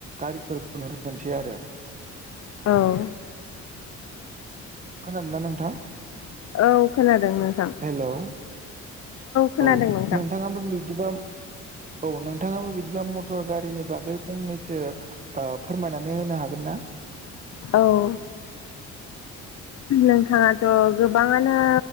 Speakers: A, on the right (about 25°); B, on the left (about 60°).
A: गारिफोरखौ नुनो मोनसै आरो
B: औ
A: खोनादोंना नोंथां
B: औ खोनादों नोंथां
A: हेलौ
B: खोनादों
A: औ
B: नोंथां
A: नोंथाङाबो बिब्दिबा औ नोंथाङाबो बिदिबा मटर गारिनि बागै फंनैसो फोरमायनानै होनो हागोन ना
B: औ नोंथाङाथ' गोबाङानो